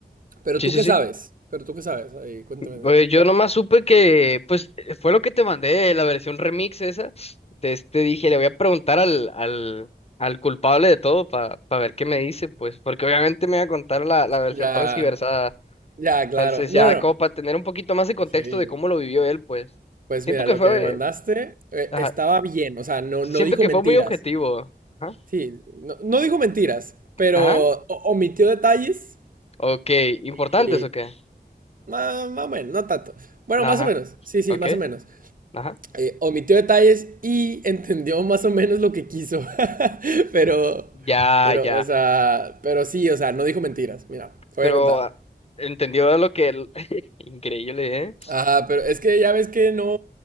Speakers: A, on the right; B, on the left.
A: Pero
B: sí,
A: tú
B: sí,
A: qué
B: sí.
A: sabes. Pero tú qué sabes. Ahí, cuéntame. Nito.
B: Pues yo nomás supe que, pues, eh, fue lo que te mandé, la versión remix esa. De este dije, le voy a preguntar al, al, al culpable de todo para ver qué me dice, pues, porque obviamente me va a contar la, la versión
A: Ya,
B: transgiversada.
A: ya, claro.
B: Entonces,
A: Bueno,
B: ya, como
A: no.
B: para tener un poquito más de contexto
A: Sí.
B: de cómo lo vivió él, pues.
A: Pues
B: Siento
A: mira,
B: que
A: lo
B: fue,
A: que me mandaste eh,
B: ajá,
A: estaba bien. O sea, no,
B: siento
A: no dijo
B: que
A: mentiras.
B: fue muy objetivo. Ajá,
A: Sí, no, no dijo mentiras, pero
B: ajá,
A: o- omitió detalles.
B: ok, ¿importantes
A: Y.
B: o qué?
A: más Más, o menos, no tanto. Bueno,
B: Ajá,
A: más o menos. Sí, sí,
B: ok,
A: más o menos.
B: ajá.
A: eh, omitió detalles y <laughs> entendió más o menos lo que quiso. <laughs> Pero,
B: Ya,
A: pero,
B: ya.
A: o sea, pero sí, o sea, no dijo mentiras. Mira, te
B: Pero
A: voy a contar.
B: ah, entendió lo que el- <laughs> Increíble, ¿eh?
A: Ajá, pero es que ya ves que no,